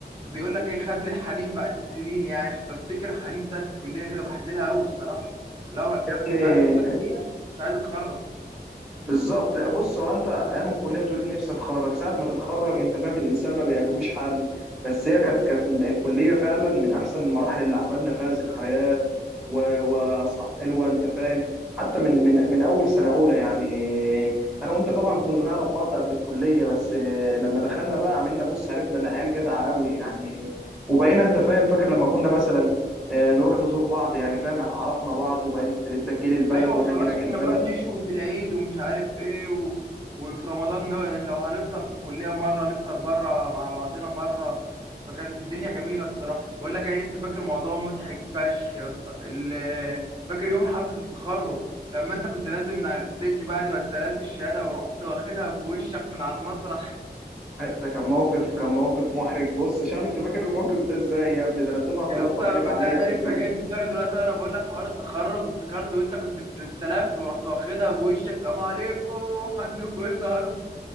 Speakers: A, on the right; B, in the centre.
A: بيقول لك ايه خدني الحنين بعد السنين يعني <laughs> بفتكر الحنين بتاعت الكليه كده بحن لها قوي الصراحه اللي هو
B: يعني
A: في اخر سنه ليا مش عايز اتخرج
B: بالظبط بص هو انت ايام الكليه تقول لي نفسي اتخرج ساعه ما تتخرج انت فاهم الانسان ما بيعجبوش حاله بس هي كانت كانت الكليه فعلا من احسن المراحل اللي عملنا فيها ذكريات و... واصحاب حلوه انت فاهم حتى من من من اول سنه اولى يعني انا وانت طبعا كنا نعرف بعض قبل الكليه بس لما دخلنا بقى عملنا بص عرفنا ان عيال جدعه قوي يعني وبقينا انت فاهم فاكر لما كنا مثلا آه، نروح نزور بعض يعني فاهم عرفنا بعض وبقيت انت تجيلي البلد
A: ايوه وخلاص
B: وانا اجي لك
A: وكنا
B: البلد
A: بنروح نشوي في العيد ومش عارف ايه و... وفي رمضان نو- لو هنفطر في الكليه مره نفطر بره مع بعضنا مره فكانت الدنيا جميله الصراحه بقول لك انا لسه فاكر موضوع مضحك فشخ يا اسطى ال- فاكر يوم حفله التخرج لما انت كنت نازل من على الستيج بعد ما استلمت الشهاده ورحت واخدها بوشك من على المسرح
B: أي، ده كان موقف كان موقف محرج بص شاب انت فاكر الموقف ده ازاي يا ابني ده انا الدفعه كلها
A: يا اسطى
B: اتفرجت
A: بتاع
B: عليا
A: ده
B: في
A: لسه
B: الجنب
A: جاي في دماغي دلوقتي وانا بقول لك حوار التخرج افتكرت وانت كنت استلمت ورحت واخدها بوشك سلام عليكم <laughs> عندكم ايه النهارده